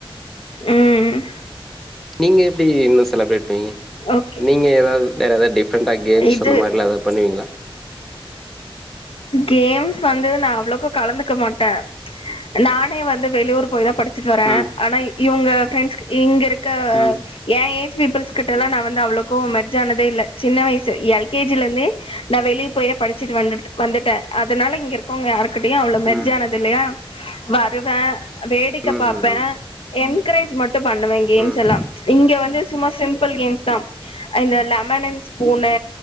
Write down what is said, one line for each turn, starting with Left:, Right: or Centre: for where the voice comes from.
Left: ம்
Centre: நீங்க எப்டி இன்னு செலப்ரேட்பீங்க
Left: ஓகே
Centre: நீங்க ஏதாவு வேற ஏதாவுது டிப்ரண்டா கேம்ஸ்
Left: இது
Centre: அந்த மாறில்லா ஏதாவுது பண்ணுவீங்ளா
Left: கேம்ஸ் வந்து நா அவ்ளோக்கா கலந்துக்க மாட்டே நானே வந்து வெளியூர் போய் தா படி ச்ட்டு வரே
Centre: ம்
Left: ஆனா இவங்க ஃப்ரெண்ட்ஸ் இங்க இருக்க
Centre: ம்
Left: ஏ ஏஜ் பீப்புள்ஸ் கிட்ட லா நா வந்து அவ்ளோக்கு மெர்ஜ் ஆனதே இல்ல சின்ன வயசு எல்கேஜில ருந்தே நா வெளிய போயே படிச்சுட்டு வந்துட்டு வந்துட்டே அதனால இங்க இருக் கோங்க யாருகிட்டயு அவ்ளோ மெர்ஜானதுல்லயா
Centre: ம்
Left: வருவே வேடிக்க
Centre: ம் ம்
Left: பாப்பே என்க்ரேஜ் மட்டு பண்ணுவ கேம்ஸ்
Centre: ம் ம்
Left: எல்லா இங்க வந்து சும்மா சிம்பிள் கேம்ஸ் தா இந்த lemon and spoon